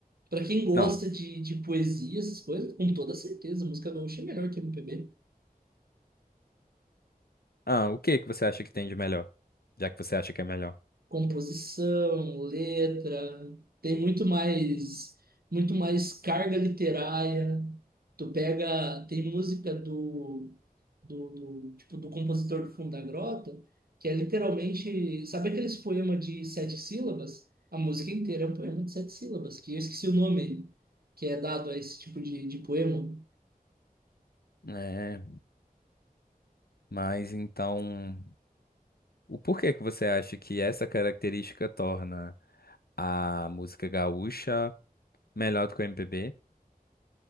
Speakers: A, on the right; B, on the left.
A: Para quem gosta
B: Não.
A: de, de poesia, essas coisas, com toda certeza, música gaúcha é melhor que MPB.
B: Ah, o que que você acha que tem de melhor? Já que você acha que é melhor.
A: composição, letra, tem muito mais, muito mais carga literária. Tu pega, tem música do, do, do, tipo do compositor do Fundo da Grota, que é literalmente, sabe aqueles poemas de sete sílabas? A música inteira é um poema de sete sílabas, que eu esqueci o nome que é dado a esse tipo de, de poema.
B: É, mas então, o porquê que você acha que essa característica torna a música gaúcha melhor do que o MPB?